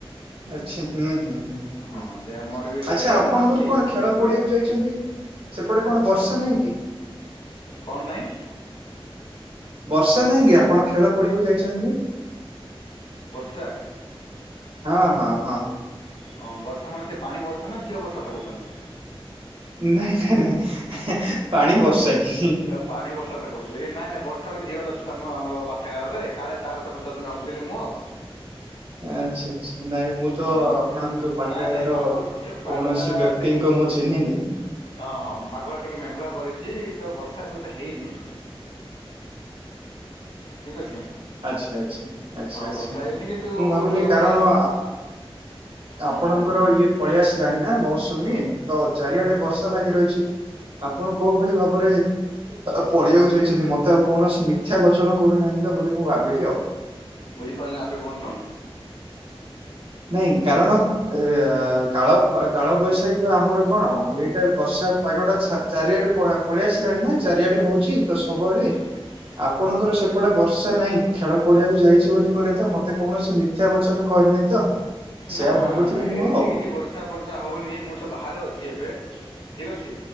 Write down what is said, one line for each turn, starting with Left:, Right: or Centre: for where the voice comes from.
Right: ଆଛା ହୁଁ ହୁଁ ହୁଁ ହୁଁ
Left: ହଁ
Right: ଆଚ୍ଛା
Left: ସେୟା ମୋର ବି ଏବେ ଟିକେ
Right: ଆପଣଙ୍କର
Left: ମୁଁ ଅଛି
Right: କଣ ଖେଳ ପଡିଆକୁ ଯାଇଛନ୍ତି ସେପଟେ କଣ ବର୍ଷା ନାହିଁ କି?
Left: କଣ ନାଇଁ।
Right: ବର୍ଷା ନାହିଁ କି ଆପଣ ଖେଳ ପଡିଆକୁ ଯାଇଛନ୍ତି ଯେ
Left: ସାର
Right: ହଁ ହଁ ହଁ
Left: ହଁ ବର୍ଷା ମାନେ ସେ ପାଣି ବର୍ଷା ନା ଝିଅ ବର୍ଷା କହୁଛନ୍ତି।
Right: ନାଇଁ ନାଇଁ ନାଇଁ ପାଣି ବର୍ଷା ହିଁ
Left: ଆଉ ପାଣି ବର୍ଷା ତ କହୁ କି ନାଇଁ ନାଇଁ ବର୍ଷା ବେଳେ ଝିଅଟ ଅଛି ତ ଆମର ପା ଠା ରେ କାଳେ ତା କ ପଚାରୁନ୍ତ ଭାବୁଥିଲି ମୁଁ ଆଉ।
Right: ଆଚ୍ଛା ଆଛା। ନାଇଁ ମୁଁ ତ
Left: ହଁ
Right: ଆପଣଙ୍କ ପାଠାଗାର
Left: ନାଇଁ ନାଇଁ
Right: ର
Left: ପାଗ ପାଗଟା
Right: କୌଣସି ବ୍ୟକ୍ତିଙ୍କ
Left: ଟିକେ
Right: ମୁଁ ଚିହ୍ନିନି।
Left: ହଁ ହଁ ପାଗଟା ଟିକେ ମେଘୁଆ କରିଛି ତ ବର୍ଷା ଏ ପର୍ଯ୍ୟନ୍ତ ହେଇନି। ଠିକ୍ ଅଛି
Right: ଆଚ୍ଛା ଆଚ୍ଛା ଆଚ୍ଛା
Left: ହଁ
Right: ଆଚ୍ଛା
Left: ବର୍ଷା ହେଇନି କିନ୍ତୁ
Right: ମୁଁ ଭାବିଲି
Left: ମୋତେ ଲାଗୁଛି
Right: କାରଣ
Left: ହୁଁ,
Right: ଆପଣଙ୍କର
Left: କୁହନ୍ତୁ କୁହନ୍ତୁ
Right: ଇଏ ପଳେଇ ଆସିଲାଣି ନା ମୌସୁମୀ ତ ଚାରିଆଡେ ବର୍ଷା ଲାଗି ରହିଛି। ଆପଣ କୋଉ ଭଳି ଭାବରେ ପଢିବାକୁ ଯାଇଛନ୍ତି ମତେ ଆଉ କୌଣସି ମିଥ୍ୟା ବଚ ବୋଲି ମୁଁ ଭାବିଲି ଆଉ
Left: ବୁଝିପାରିଲିନି ଆଉ ଥରେ କୁହନ୍ତୁ?
Right: ନାଇଁ କାରଣ। ଏ କାଳ କାଳ ବୈଶାଖୀ ବା ଆମର କଣ ଆଉ ଏଇଟା ବର୍ଷା ପାଗଟା ଚାରିଆଡେପଡେ ପଳେଇ ଆସିଲାଣି ନା ଚାରିଆଡେ ହଉଛି ତ ସବୁଆଡେ।
Left: ହ
Right: ଆପଣଙ୍କର ସେପଟେ ବର୍ଷା ନହିଁ ଖେଳ ପଡିଆକୁ ଯାଇଛି ବୋଲି କହିଲ ତ ମତେ କୌଣସି ମିଥ୍ୟା ବଚନ କହିଲେଣି ତ ସେୟା
Left: ନା ନା
Right: ଭାବୁଥିଲି
Left: ନା ନା ଏଠି
Right: ମୁଁ ଆଉ
Left: କିଛି ବର୍ଷା ବର୍ଷା ହେଉନି ମୁଁ ତ ବାହାରୁ ଅଛି ଏବେ। ଠିକ୍ ଅଛି